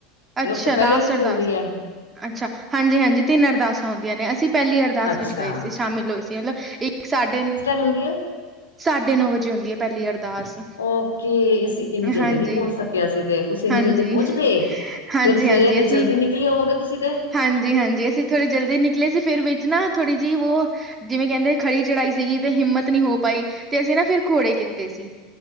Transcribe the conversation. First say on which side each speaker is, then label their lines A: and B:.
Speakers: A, on the right (about 20°); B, on the left (about 80°).
A: ਅੱਛਾ ਅੱਛਾ
B: ਯਾ ਉਸ ਤੋਂ ਪਹਿਲੇ
A: ਲਾਸਟ
B: ਵੀ
A: ਅਰਦਾਸ
B: ਕੋਈ ਹੁੰਦੀ ਐ?
A: ਅੱਛਾ, ਹਾਂਜੀ-ਹਾਂਜੀ, ਤਿੰਨ ਅਰਦਾਸਾਂ ਹੁੰਦੀਆਂ ਨੇ ਅਸੀਂ ਪਹਿਲੀ ਅਰਦਾਸ
B: ਅੱਛਾ
A: ਵਿੱਚ ਗਏ ਸੀ, ਸ਼ਾਮਿਲ ਹੋਏ ਸੀ, ਅਲ ਇੱਕ ਸਾਡੇ ਨ
B: ਹੁੰਦੀਂ ਏ।
A: ਸਾਡੇ ਨੌ ਵਜੇ ਹੁੰਦੀ ਏ ਪਹਿਲੀ ਅਰਦਾਸ।
B: ਓਕੇ, ਅਸੀਂ ਏਨੀ ਜਲਦੀ
A: ਹਾਂਜੀ।
B: ਨੲੀਂ ਪਹੁੰਚ ਸਕੇ ਅਸੀਂ ਤੇ, ਤੁਸੀਂ ਏਨੀਂ
A: ਹਾਂਜੀ,
B: ਜਲਦੀ ਪਹੁੰਚ ਗਏ।
A: ਹਾਂਜੀ-ਹਾਂਜੀ
B: ਫੇਰ ਸਵੇਰੇ ਤੇ
A: ਅਸੀਂ
B: ਜਲਦੀ ਨਿਕਲੀ ਓਔਗੇ ਤੁਸੀਂ ਤੇ।
A: ਹਾਂਜੀ-ਹਾਂਜੀ, ਅਸੀਂ ਥੋੜੇ ਜਲਦੀ ਨਿਕਲੇ ਸੀ, ਫੇਰ ਵਿੱਚ ਨਾ ਥੋੜ੍ਹੀ ਜੀ ਵੋ ਜਿਵੇਂ ਕਹਿੰਦੇ ਖੜੀ ਚੜਾਈ ਸੀਗੀ ਤੇ ਹਿੰਮਤ ਨੀ ਹੋ ਪਾਈ ਤੇ ਅਸੀਂ ਨਾ ਫਿਰ ਖੌੜੇ ਕੀਤੇ ਸੀ,